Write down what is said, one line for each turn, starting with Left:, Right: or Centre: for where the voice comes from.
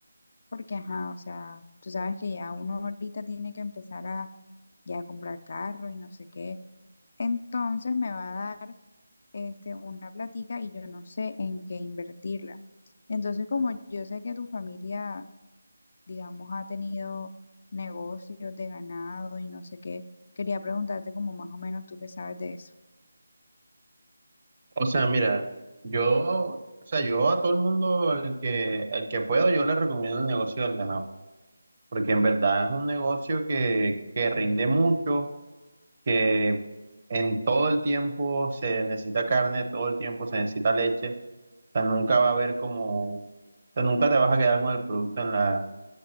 Left: Porque, ajá, o sea, tú sabes que ya uno ahorita tiene que empezar a ya comprar carro y no sé qué. Entonces me va a dar este, una platica y yo no sé en qué invertirla. Entonces, como yo sé que tu familia, digamos, ha tenido negocios de ganado y no sé qué, quería preguntarte como más o menos tú qué sabes de eso.
Right: O sea, mira, yo, o sea, yo a todo el mundo, el que, el que puedo, yo le recomiendo el negocio del ganado, porque en verdad es un negocio que, que rinde mucho, que en todo el tiempo se necesita carne, todo el tiempo se necesita leche. sea, nunca va a haber como, o sea, nunca te vas a quedar con el producto en la,